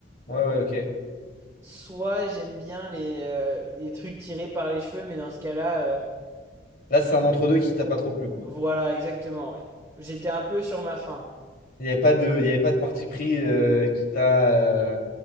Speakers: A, on the left; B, on the right.
A: Ouais, ouais, ok.
B: soit j'aime bien les, euh, les trucs tirés par les cheveux, mais dans ce cas-là, euh,
A: Là, c'est un entre-deux qui t'a pas trop plu, quoi.
B: voilà, exactement, ouais. J'étais un peu sur ma faim.
A: Il n'y avait pas de, il y avait pas de parti pris euh, qui t'a euh,